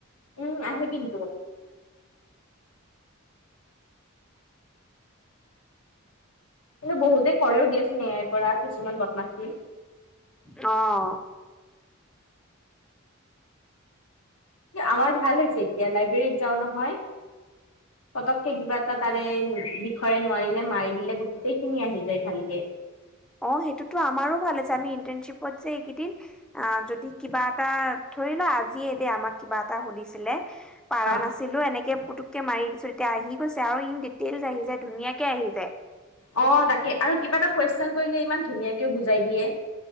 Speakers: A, on the left; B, in the centre.
A: উম আহে কিন্তু কিন্তু বহুতে কৰেও দিয়াচোন এ আইৰ পৰা কিছুমান বদমাচি
B: অহ
A: আমাৰ ভাল হৈছে এতিয়া লাইব্ৰেৰীত যাওঁ নহয় পতককে কিবা এটা তাৰে বিষয়ে নোৱাৰিলে মাৰি দিলে গোটেইখিনি আহি যায় ভালকে
B: অ সেইটোতো আমাৰো ভাল আছে আমি ইন্টানশ্বিপত যে এইকেইদিন যদি কিবা এটা ধৰি লোৱা আজিয়ে দেই আমাক কিবা এটা সুধিছিলে পাৰা
A: অ
B: নাছিলো এনেকে মাৰি দিছো তিতিয়া আহি গৈছে আৰু ইন ডিটেইলছ আহি যায় ধুনীয়াকে আহি যায়
A: অ তাকে আৰু কিবা এটা কুৱেশন কৰিলে ইমান ধুনীয়াকে বুজাই দিয়ে